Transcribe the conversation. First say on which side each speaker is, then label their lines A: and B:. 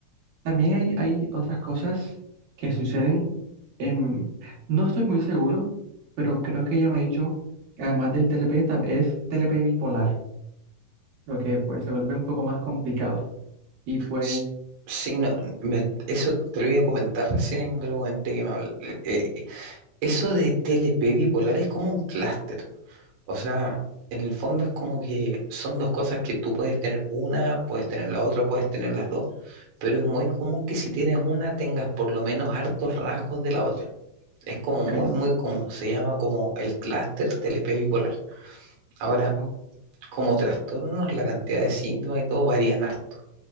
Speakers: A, on the right (about 80°); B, on the right (about 65°).
A: también hay, hay otras cosas que suceden en... No estoy muy seguro, pero creo que ella me ha dicho que además del TLP, tam- es TLP bipolar, lo que pues se vuelve un poco más complicado. Y pues
B: S- Sí, no, me- eso te lo iba a comentar recién y no te lo comenté que me habl- eh, eso de TLP bipolar es como un clúster. O sea, en el fondo es como que son dos cosas que tú puedes tener una, puedes tener la otra, puedes tener las dos, pero es muy común que si tienes una tengas por lo menos hartos rasgos de la otra. Es como
A: Ok,
B: muy, muy común. Se llama como el clúster TLP bipolar. Ahora,
A: o-
B: como trastornos, la cantidad de síntomas y todo varían harto